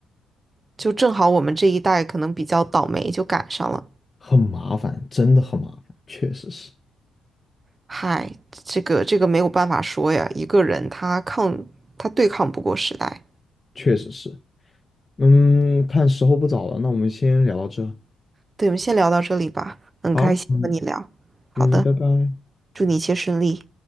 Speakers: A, on the right; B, on the left.
A: 就正好我们这一代可能比较倒霉，就赶上了。
B: 很麻烦，真的很麻烦，确实是，
A: 嗨，这个这个没有办法说呀，一个人他抗他对抗不过时代。
B: 确实是。嗯，看时候不早了，那我们先聊到这。
A: 对，我们先聊到这里吧，很开心和你聊。
B: 好，嗯
A: 好的，
B: 嗯，拜拜。
A: 祝你一切顺利。